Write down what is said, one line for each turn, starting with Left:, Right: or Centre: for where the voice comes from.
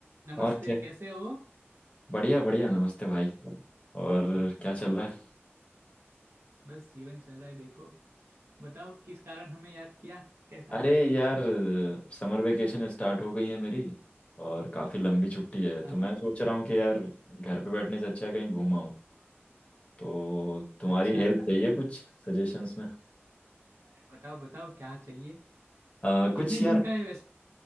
Right: नमस्ते
Left: और क्या
Right: कैसे हो
Left: बढ़िया बढ़िया नमस्ते भाई और क्या चल रहा है
Right: बस जीवन चल रहा है देखो बताओ किस कारण हमें याद किया कैसा
Left: अरे यार समर वेकेशन स्टार्ट हो गई है मेरी और काफ़ी लंबी छुट्टी है तो
Right: हाँ
Left: मैं
Right: हाँ।
Left: सोच रहा हूँ कि यार घर पे बैठने से अच्छा है कहीं घूम आऊँ तो तुम्हारी
Right: अच्छा
Left: हेल्प
Right: है
Left: चाहिए कुछ सजेशंस में
Right: अरे बताओ बताओ क्या चाहिए
Left: अ, कुछ
Right: कितने दिन
Left: यार
Right: का है वैसे